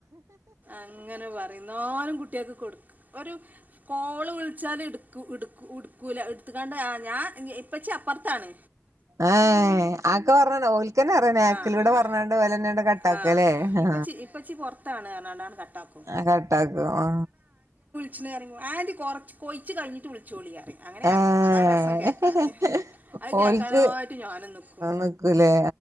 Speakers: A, on the right; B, on the right.
A: അങ്ങനെ പറിം ന്നാലും കുട്ടികക്ക് കൊടുക്ക ഒരു കോള് വിളിച്ചാല് ഇടുക്ക ഇടുക്കു ഇടക് ല എടുത്തകാണ്ട് ഞാ പച്ചേ അപ്പർത്താണ്
B: ആ ആക്കെ പറഞ്ഞ ഓൽക്കന്നെ അറിയ നാക്
A: ആ
B: ലൂടെ
A: ആ
B: പറഞ്ഞാണ്ട് ഓലെന്നെ ആട്ട് കട്ടാക്കല്ലേ
A: ആ
B: ആ
A: ഇപ്പച്ചി ഇപ്പച്ചി പുറത്താണ് പറഞ്ഞാണ്ടാണ് കട്ടാക്കും
B: ആ കട്ടാക്ക ആ
A: ച്ചുണേഅറിയുമ്പും ആന്റി കുറച്ച് കോയി കഴിഞ്ഞട്ട് വിളിച്ചോളിയാ അങ്ങനെ
B: ഏഹ്
A: അറിയാം അതാ രസം കേക്കാന് അത്
B: ഓൽക്ക്
A: കേക്കാനായിട്ട് ഞാനും നിക്കും
B: നിക്കൂലേ